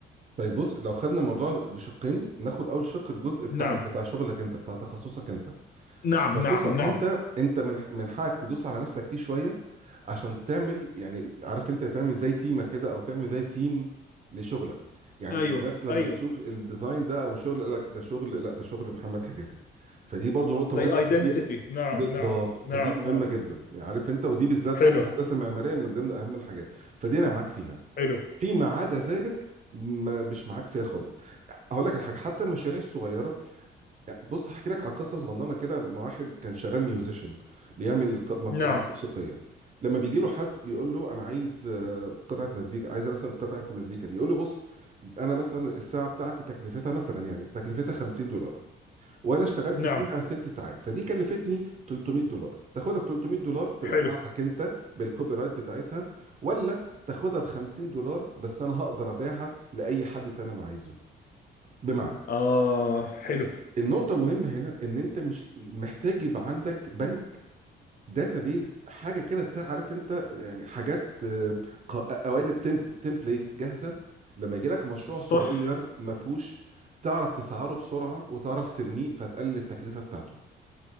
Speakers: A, on the right; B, on the left.
A: طيب بص لو خدنا الموضوع بشقين ناخد اول شق الجزء بتاع
B: نعم
A: بتاع شغلك انت بتاع تخصصك انت
B: نعم
A: تخصصك
B: نعم نعم
A: انت انت من من حقك تدوس على نفسك فيه شويه عشان تعمل يعني عارف انت تعمل زي تيمه كده او تعمل زي ثيم لشغلك يعني
B: أيوه
A: الناس لما
B: أيوه
A: تشوف الديزاين ده او الشغل يقول لك ده شغل لا ده شغل محمد حجازي فدي برضو نقطه
B: زي
A: مهمه
B: ايدنتيتي
A: فدي
B: نعم
A: بالظبط
B: نعم نعم
A: فدي مهمه
B: نعم
A: جدا يعني عارف انت ودي بالذات
B: حلو
A: بقى في الهندسه المعماريه من ضمن اهم الحاجات فدي انا معاك فيها
B: حلو
A: فيما عدا ذلك ما مش معاك فيها خالص هقول لك على حاجه حتى المشاريع الصغيره يعني بص هحكي لك على قصه صغننه كده مع واحد كان شغال ميوزيشن بيعمل ق- مقطوعات
B: نعم
A: موسيقيه لما بيجي له حد بيقول له انا عايز آه، قطعه مزيكا عايز مثلا قطعه مزيكا دي يقول له بص انا مثلا الساعه بتاعتي تكلفتها مثلا يعني تكلفتها 50 دولار وانا اشتغلت
B: نعم
A: فيها ست ساعات فدي كلفتني 300 دولار تاخدها ب 300 دولار تبقى
B: حلو
A: بتاعتك انت بالكوبي رايت بتاعتها ولا تاخدها ب 50 دولار بس انا هقدر ابيعها لاي حد تاني انا عايزه بمعنى
B: آه حلو
A: النقطة المهمة هنا ان انت مش محتاج يبقى عندك بنك داتابيز حاجة كده تعرف انت يعني حاجات آه، ق- قوالب تمبليتس جاهزة لما يجي لك مشروع صغير
B: صح
A: ما فيهوش تعرف تسعره بسرعة وتعرف ترميه فتقلل التكلفة بتاعته